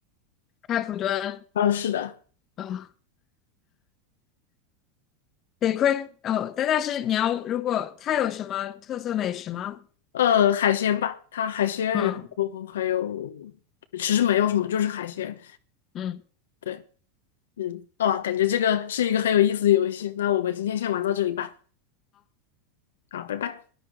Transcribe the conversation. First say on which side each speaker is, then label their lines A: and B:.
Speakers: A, on the left (about 40°); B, on the left (about 85°).
A: 开普敦
B: 啊，是的，
A: 啊，得亏哦，但但是你要如果它有什么特色美食吗？
B: 呃，海鲜吧，它海鲜，
A: 嗯。
B: 然后还有其实没有什么，就是海鲜。
A: 嗯。
B: 对，嗯，哦，感觉这个是一个很有意思的游戏。那我们今天先玩到这里吧。好，拜拜。